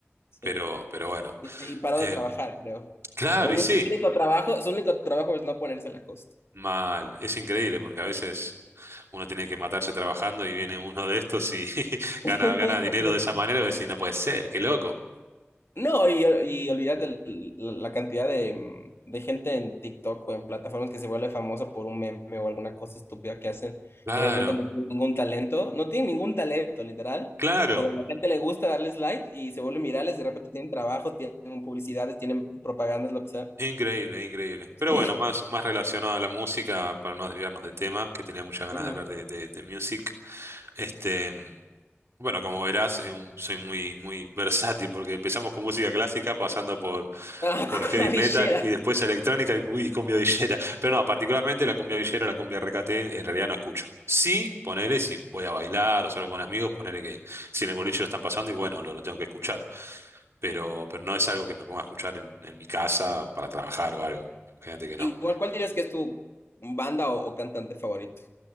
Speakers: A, on the left; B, on the right.
A: Sí.
B: Pero, pero bueno.
A: Y, y paró
B: Em,
A: de trabajar, creo.
B: claro,
A: Lo único,
B: y sí.
A: su único trabajo, su único trabajo es no ponerse la costa.
B: Mal, es increíble porque a veces uno tiene que matarse trabajando y viene uno de estos y <laughs>
A: <laughs>
B: gana, gana dinero de esa manera y decís, no puede ser, qué loco.
A: No, y, y olvídate el- la la cantidad de, mm, de gente en TikTok o en plataformas que se vuelve famosa por un meme o alguna cosa estúpida que hacen
B: Claro,
A: y realmente no tienen ningún talento, no tienen ningún talento, literal,
B: claro,
A: pero a la gente le gusta darles like y se vuelven virales, de repente tienen trabajo, tienen publicidades, tienen propagandas, lo que sea.
B: increíble, increíble. Pero
A: <laughs>
B: bueno, más, más relacionado a la música, para no desviarnos de tema, que tenía muchas ganas
A: Ujú.
B: de hablar de, de, de music. Este. Bueno, como verás, eh, un- soy muy, muy versátil porque empezamos con música clásica, pasando por,
A: Ah,
B: por heavy
A: <laughs> Avishera.
B: metal y después electrónica y, muy- y cumbia villera. Pero no, particularmente la cumbia villera, la cumbia RKT, en realidad no escucho. Sí, ponele si voy a bailar o salgo con amigos, ponele que si en el boliche lo están pasando y bueno, lo, lo tengo que escuchar. Pero, pero no es algo que me ponga a escuchar en, en mi casa para trabajar o algo. Fíjate que no.
A: Igual, ¿cuál dirías que es tu banda o, o cantante favorito?